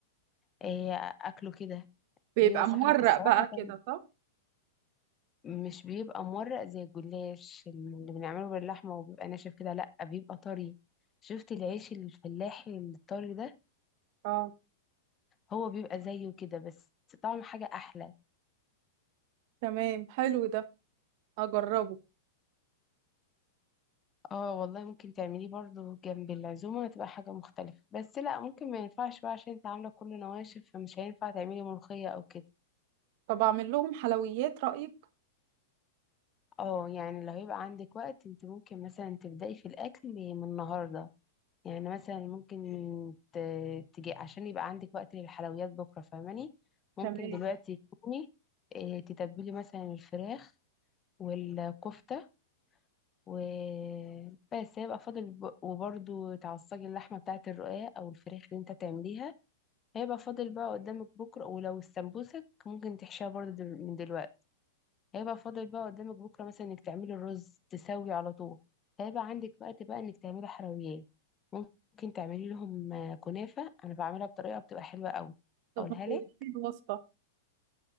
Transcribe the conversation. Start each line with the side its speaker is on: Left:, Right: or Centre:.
Left: إيه، اكله كده
Right: بيبقى
Left: بيبقى صحر
Right: مورق
Left: الصراحة
Right: بقى
Left: كان
Right: كده صح
Left: مش بيبقى مورق زي الجلاش اللي بنعمله باللحمة وبيبقى ناشف كده لأ بيبقى طري شفت العيش الفلاحي الطري ده
Right: اه
Left: هو بيبقى زيه كده بس طعم حاجة أحلى
Right: تمام حلو ده أجربه
Left: اه والله ممكن تعمليه برضو جنب العزومة هتبقى حاجة مختلفة بس لا ممكن ما ينفعش بقى عشان انت عاملة كل نواشف فمش هينفع تعملي ملوخية او كده
Right: طب أعمل لهم حلويات رأيك
Left: اه يعني لو هيبقى عندك وقت انت ممكن مثلا تبدأي في الأكل من النهاردة يعني مثلا ممكن ت- تجي عشان يبقى عندك وقت للحلويات بكرة فاهماني ممكن
Right: تمام
Left: دلوقتي تكوني اه، تتبلي مثلا الفراخ والكفتة وبس هيبقى فاضل ب- وبرضو تعصجي اللحمة بتاعة الرقاق أو الفراخ اللي انت تعمليها هيبقى فاضل بقى قدامك بكرة ولو استنبوسك ممكن تحشيها برضه دل- من دلوقتي هيبقى فاضل بقى قدامك بكرة مثلا انك تعملي الرز تسوي على طول هيبقى عندك وقت بقى انك تعملي حلويات ممكن تعملي لهم آه، كنافة انا بعملها بطريقة بتبقى حلوة قوي
Right: طب
Left: اقولها
Right: ما تقوليش
Left: لك
Right: لي الوصفة